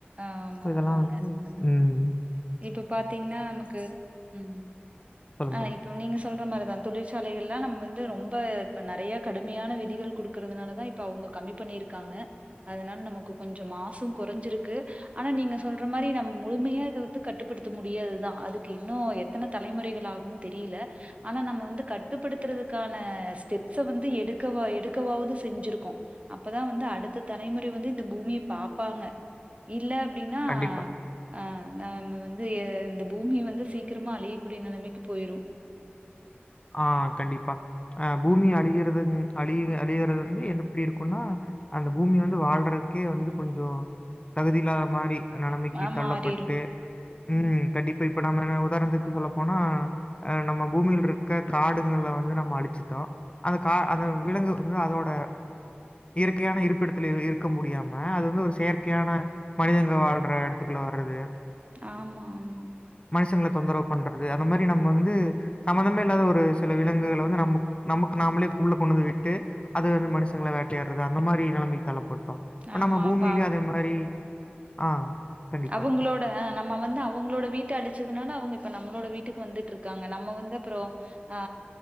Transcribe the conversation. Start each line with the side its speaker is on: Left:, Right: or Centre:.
Right: ஆமா,
Left: இப்ப இதெல்லா
Right: ஆமாங்க.
Left: வந்து
Right: அ
Left: உம் உம்
Right: இப்ப பாத்தீங்கன்னா நமக்கு உம்
Left: சொல்லுங்க,
Right: ஆஹ்
Left: சொல்லுங்க.
Right: இப்ப நீங்க சொல் ம் இந்த மாரி தான் தொழிற்சாலைகள்ல்லா நம்ம வந்து ரொம்ப இப்ப நிறைய கடுமையான விதிகள் குடுக்குறதுனால தான் இப்ப அவுங்க கம்மி பண்ணியிருக்காங்க அதனால நமக்கு கொஞ்சோ மாசு குறஞ்சிருக் கு ஆனா நீங்க சொல்ற மாரி நம்ம முழுமையா வந்து கட்டுப்படுத்த முடியாதுதான் அதுக்கு இன்னும் எத்தன தலைமுறைகள் ஆகும் தெரியல ஆனா நம்ம வந்து கட்டுப்படுத்துறதுக்கான ஸ்டெப்ஸ் அ வந்து எடுக்க எடுக்கவாவது செஞ்சிருக்கோ அப்பதான் வந்து அடுத்த தலைமுறை வந்து இந்த பூமிய பாப்பாங்க இல்ல அப்புடின்னா
Left: கண்டிப்பா.
Right: ஆஹ் நம்ம வந்து இந்த பூமிய வந்து சீக்கிரமா அழியக்கூடிய நிலைமைக்கு போயிரும்
Left: <inaudible> ஆஹ் கண்டிப்பா அஹ் பூமி அழிகிறது அழி அழியிறது வந்து என்ன எப்புடி இருக்குன்னா அந்த பூமி வந்து வாழ்றதுக்கே வந்து கொஞ்சோ தகுதி இல்லாத மாரி நலமைக்கு
Right: ஆ
Left: தள்ளப்பட்டு
Right: மாறிரு
Left: உம் கண்டிப்பா இப்ப நம்ம உதாரணத்துக்கு சொல்லப்போனா அஹ் நம்ம பூமியில் இருக் க்க காடுங்கள வந்து நம்ம அழிச்சுட்டோ அந்த கா அந்த விலங்கு வந்து அதோட இயற்கையான இருப்பிடத்துல இருக்க முடியாம அது வந்து ஒரு செயற்கையான மனிதங்க வாழ்ற இடத்துக்குள்ள வர்றது
Right: ஆமா ஆமா
Left: ச்சங்கள தொந்தரவு பண்றது அந்த மாதிரி நம்ம வந்து சம்மந்தமே <unintelligible> இல்லாத ஒரு சில விலங்குகள வந்து நம நமக்கு நாமளே உள்ள கொண்டு வந்து விட்டு அது வந்து மனுஷங்கள வேட்டையாட்றது அந்தமாரி நெலமைக்கு தள்ளப் பட்டோம் இப்ப
Right: ஆமா
Left: நம்ம பூமிலையும்
Right: அப்ப
Left: அதேமாரி ஆ கண்டிப்பா.
Right: அவுங்களோட ஆ நம்ம வந்து அவுங்களோட வீட்ட அழிச் ச்சதுனால அவுங்க இப்ப நம்மளோட வீட்டுக்கு வந்துட்ருக்காங்க நம்ம வந்து அப்புறம் ஆ